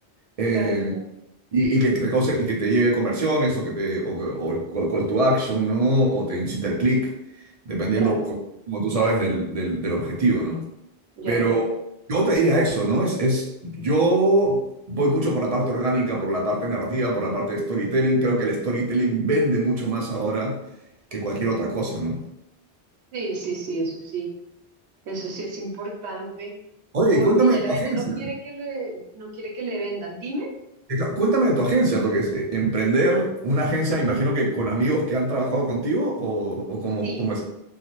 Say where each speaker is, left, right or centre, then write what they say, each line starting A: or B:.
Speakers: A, on the right; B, on the right.
A: ideal.
B: claro, claro,
A: Y, y que te cause, y que te lleve conversiones o que te o, que- o el call call to action, ¿no? O te incita al clic, dependiendo,
B: claro,
A: co- como tú sabes, del, del- del objetivo, ¿no?
B: ya,
A: Pero
B: ya, ya.
A: yo te diría eso, ¿no? Es, es, yo voy mucho por la parte orgánica, por la parte narrativa, por la parte de storytelling. Creo que el storytelling vende mucho más ahora que cualquier otra cosa, ¿no?
B: Sí, sí, sí, eso sí, eso sí es importante,
A: Oye,
B: porque
A: y cuéntame
B: ya
A: de
B: la
A: tu agencia.
B: gente no quiere que le, no quiere que le vendan. Dime,
A: Exa- Cuéntame de tu agencia, porque es- eh, emprender una agencia, me imagino que con amigos que han trabajado contigo o, o cómo,
B: sí,
A: cómo es.